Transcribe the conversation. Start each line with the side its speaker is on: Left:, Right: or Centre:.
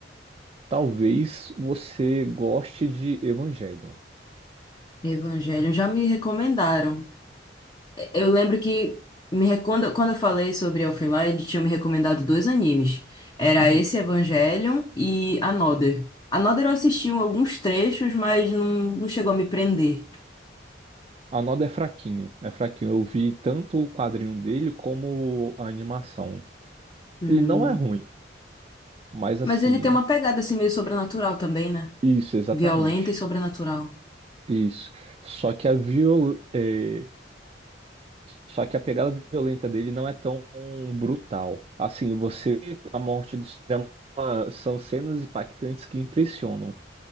Right: talvez você goste de Evangelion.
Left: Evangelho. Já me recomendaram. Eu lembro que me recomenda, quando quando eu falei sobre Elfenlight, tinham me recomendado dois animes. Era
Right: Hum.
Left: esse Evangelion e Another. Another eu assisti alguns trechos, mas não, não chegou a me prender.
Right: A Noda é fraquinho, é fraquinho. Eu vi tanto o quadrinho dele como a animação.
Left: Hum.
Right: Ele não é ruim, mas
Left: Mas
Right: assim,
Left: ele tem uma pegada assim meio sobrenatural também, né?
Right: isso, exatamente.
Left: Violenta e sobrenatural.
Right: Isso. Só que a viol eh, Só que a pegada violenta dele não é tão brutal. Assim, você, a morte do Sam ah, são cenas impactantes que impressionam.